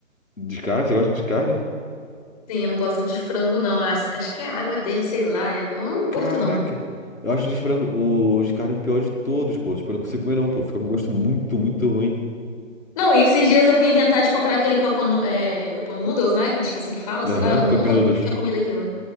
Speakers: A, on the left; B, on the left.
A: de carne, você gosta de carne?
B: Sim, eu não gosto de frango, não. Acho, acho que é a água dele, sei lá. Eu não eu não curto,
A: Caraca,
B: não.
A: eu acho o de frango, o, o de carne o pior de todos, pô. Tipo, eu não consigo comer não, pô, fica com gosto muito, muito ruim.
B: Não, e esses dias eu fui inventar de comprar aquele cup, nu- é, cup noodles, né? Acho que é assim que fala, sei
A: Aham,
B: lá. Eu
A: Cup
B: nunca
A: Noodles.
B: tinha comido aquilo.